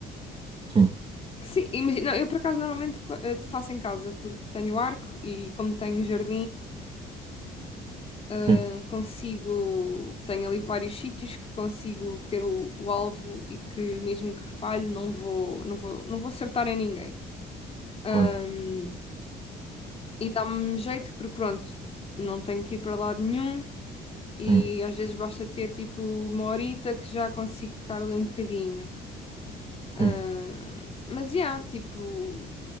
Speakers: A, on the right; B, on the left.
A: Sim,
B: Sim, imagina, não, eu por acaso normalmente co- eh, faço em casa porque tenho arco e como tenho um jardim, eh,
A: sim,
B: consigo, tenho ali vários sítios que consigo ter o, o alvo e que mesmo que falhe não vou, não vou, não vou acertar em ninguém. Ahm,
A: claro,
B: e dá-me jeito porque pronto, não tenho que ir para lado nenhum e
A: sim,
B: às vezes basta ter tipo uma horita que já consigo estar ali um bocadinho. Ah,
A: sim,
B: mas já, yeah, tipo,